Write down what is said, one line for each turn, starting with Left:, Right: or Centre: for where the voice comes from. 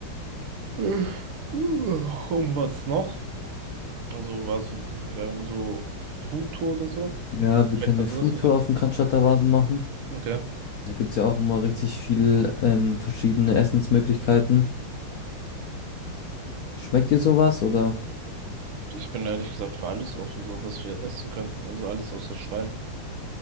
Right: Äh, uh, Und was noch? Also, warst du gleich so Foodtour oder so?
Left: Ja, wir
Right: Vielleicht
Left: können
Right: an
Left: eine Foodtour
Right: sowas gedacht?
Left: auf dem Cannstatter-Wasen machen.
Right: Okay.
Left: Da gibt's ja auch immer richtig viel ähm, verschiedene Essensmöglichkeiten. Schmeckt dir sowas oder?
Right: Ich bin ehrlich gesagt für alles offen, so was wir essen könnten. Also alles außer Schwein.